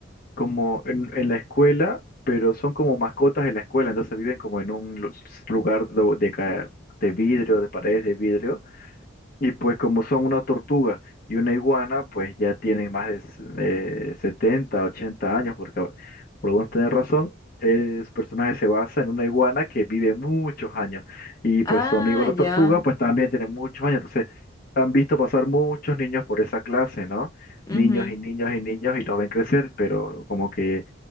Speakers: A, on the left; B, on the left.
A: como en, en la escuela, pero son como mascotas en la escuela, entonces viven como en un lu- lugar do- de, ca- de vidrio, de paredes de vidrio Y pues como son una tortuga y una iguana, pues ya tienen más de s- eh, 70, 80 años, porque por algunos tener razón, eh, su personaje se basa en una iguana que vive muchos años. Y pues
B: Ah,
A: su amigo la tortuga,
B: ya.
A: pues también tiene muchos años. Entonces, han visto pasar muchos niños por esa clase, ¿no?
B: Ujú.
A: Niños y niños y niños y los ven crecer, pero como que